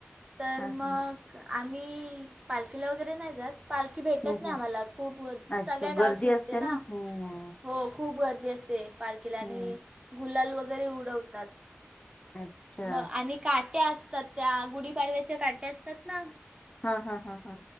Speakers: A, on the right; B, on the left.
A: तर
B: हा
A: मग
B: हा
A: आम्ही पालखीला वगैरे नाही जात पालखी भेटत
B: हम्म
A: नाही
B: हम्म
A: आम्हाला, खूप व
B: अच्छा
A: सगळ्या गावात
B: गर्दी
A: फिरते
B: असते
A: ना,
B: हम्म
A: हो खूप गर्दी असते पालखीला, आणि
B: हम्म
A: गुलाल वगैरे उडवतात.
B: अच्छा
A: म आणि काट्या असतात त्या, गुढीपाडव्याच्या काट्या असतात ना
B: हा, हा, हा, हा.